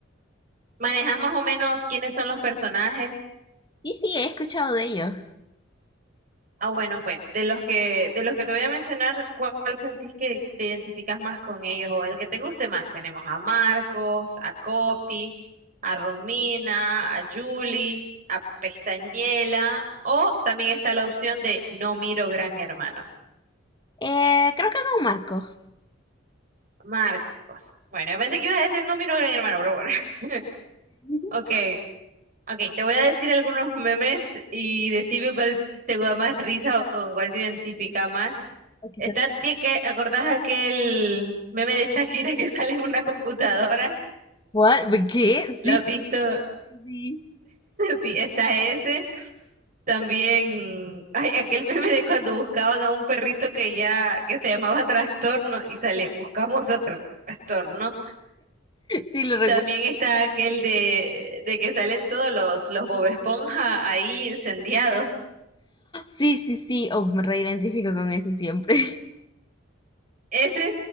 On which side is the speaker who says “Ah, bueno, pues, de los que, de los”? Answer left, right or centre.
Right